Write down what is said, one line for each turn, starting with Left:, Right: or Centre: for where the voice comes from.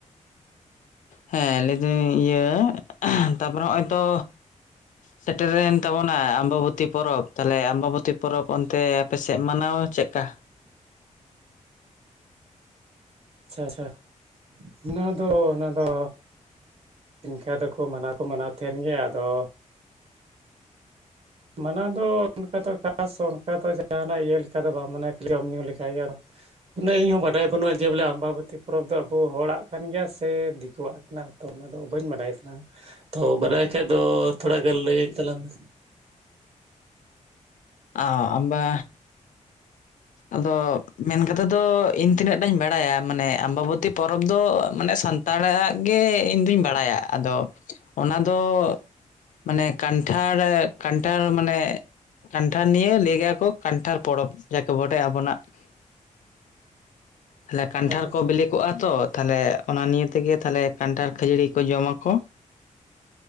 Left: ᱦᱮᱸ ᱞᱟᱹᱭ ᱫᱟᱹᱧ ᱤᱭᱟᱹ ᱛᱟᱨᱯᱚᱨᱮ ᱱᱚᱜᱼᱚᱭ ᱛᱚ᱾ ᱥᱮᱴᱮᱨᱮᱱ ᱛᱟᱵᱚᱱᱟ ᱟᱢᱵᱟᱵᱚᱛᱤ ᱯᱚᱨᱚᱵᱽ ᱛᱟᱦᱞᱮ ᱟᱢᱵᱟᱵᱚᱛᱤ ᱯᱚᱨᱚᱵᱽ ᱚᱱᱛᱮ ᱟᱯᱮᱥᱮᱫ ᱢᱟᱱᱟᱣ ᱪᱮᱫᱠᱟ <inaudible>
Right: ᱟᱪᱪᱷᱟ ᱟᱪᱪᱷᱟ ᱚᱱᱟ ᱫᱚ ᱚᱱᱟᱫᱚ ᱤᱱᱠᱟᱟᱹ ᱫᱚᱠᱚ ᱢᱟᱱᱟᱣ ᱢᱟᱱᱟᱣ ᱛᱟᱦᱮᱱ ᱜᱮ᱾ ᱟᱫᱚ ᱢᱟᱱᱟ ᱫᱚ ᱚᱱᱠᱟ ᱫᱚ ᱠᱷᱟᱥ ᱚᱱᱠᱟ ᱫᱚ ᱡᱟᱦᱟᱱᱟᱜ ᱤᱭᱟᱹ ᱞᱮᱠᱟ ᱫᱚ ᱵᱟᱝ ᱢᱟᱱᱟᱟᱹ ᱡᱚᱢ ᱧᱩᱩ ᱞᱮᱠᱟᱜᱮ ᱟᱨᱚ᱾ ᱩᱱᱟᱹᱜ ᱤᱧ ᱦᱚᱸᱚᱸ ᱵᱟᱰᱟᱭ ᱵᱟᱹᱱᱩᱜᱼᱟ ᱡᱮ ᱵᱚᱞᱮ ᱟᱢᱵᱟᱵᱟᱹᱛᱤ ᱯᱚᱨᱚᱵᱽ ᱫᱚ ᱟᱵᱚ ᱦᱚᱲᱟᱜ ᱠᱟᱱ ᱜᱮᱭᱟ ᱥᱮ ᱫᱤᱠᱩᱣᱟᱜ ᱠᱟᱱᱟ᱾ ᱛᱚ ᱚᱱᱟᱫᱚ ᱵᱟᱹᱧ ᱵᱟᱰᱟᱭ ᱛᱟᱞᱟᱝ ᱛᱚ ᱵᱟᱰᱟᱭ ᱠᱷᱟᱡ ᱫᱚ ᱛᱷᱚᱲᱟ ᱜᱟᱱ ᱞᱟᱹᱭᱟᱹᱧ ᱛᱟᱞᱟᱝ ᱢᱮ
Left: ᱚ ᱟᱵᱟ ᱟᱫᱚ ᱢᱮᱱ ᱠᱟᱛᱮᱮᱫ ᱫᱚ ᱤᱧ ᱛᱤᱱᱟᱹᱜ ᱴᱟᱧ ᱵᱟᱲᱟᱭᱟ ᱢᱟᱱᱮ ᱟᱢᱵᱟᱵᱚᱛᱤ ᱯᱚᱨᱚᱵᱽ ᱫᱚ ᱢᱟᱱᱮ ᱥᱟᱱ ᱥᱛᱟᱲᱟᱜ ᱜᱮ ᱤᱧ ᱫᱩᱧ ᱵᱟᱲᱟᱭᱟ ᱟᱫᱚ ᱚᱱᱟ ᱫᱚ ᱢᱟᱱᱮ ᱠᱟᱱᱴᱷᱟᱲ ᱠᱟᱱᱴᱷᱟᱲ ᱢᱟᱱᱮ ᱠᱟᱱᱴᱷᱟᱲ ᱱᱤᱭᱮ ᱞᱟᱹᱭ ᱜᱮᱭᱟ ᱠᱚ ᱠᱟᱱᱴᱷᱟᱲ ᱯᱚᱨᱚᱵᱽ ᱡᱟ ᱠᱮ ᱵᱰᱟᱭ ᱟᱵᱚᱱᱟᱜ <inaudible> ᱛᱟᱦᱞᱮ ᱠᱟᱱᱴᱷᱟᱲ
Right: ᱟᱪᱪᱷᱟ ᱟᱪᱪᱷᱟ
Left: ᱠᱚ ᱵᱮᱞᱮ ᱠᱚᱜᱼᱟ ᱛᱚ ᱛᱟᱦᱞᱮ ᱚᱱᱟ ᱱᱤᱭᱮ ᱛᱮᱜᱮ ᱛᱟᱦᱞᱮ ᱠᱟᱱᱴᱷᱟᱲ ᱠᱷᱟᱹᱡᱟᱹᱲᱤ ᱡᱚᱢᱟᱠᱚ